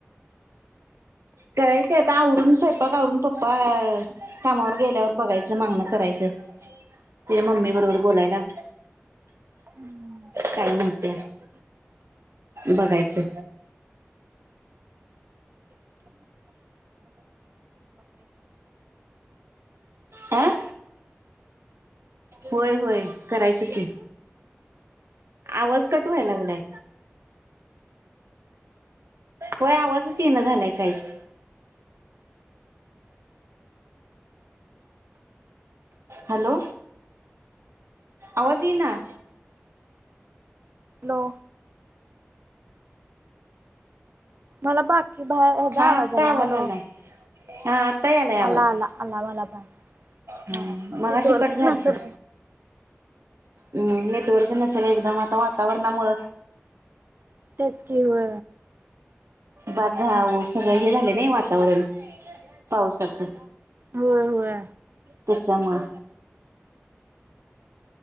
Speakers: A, on the right; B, on the right.
A: करायचं आता आवरून स्वयंपाक आवरून पप्पा कामावर गेल्यावर बघायचं मागणं करायचं तेरा ममी बरोबर बोलायला
B: हम्म
A: काय माहणत बघायचं आं होय होय करायचं ते आवाज कटवाय लागलाय होय आवाजच येणं झालाय काहीच हॅलो आवाज ये ना
B: हॅलो मला बाकी बा ह्याचा
A: हा
B: आवाज
A: आत्ता
B: आला हॅलो
A: आलाय हा आता यायला
B: आला
A: आवाज,
B: आला आला मला पण
A: हम
B: हा
A: मगाशी
B: नेटवर्क
A: कट झालता
B: नसल
A: हम् नेटवर्क नसेल एकदम आता वातावरणामुळ.
B: तेच कि व
A: बाजाऊ सगळं हे झालं नाही वातावरण पावसाचं
B: होय होय
A: त्याच्यामुळे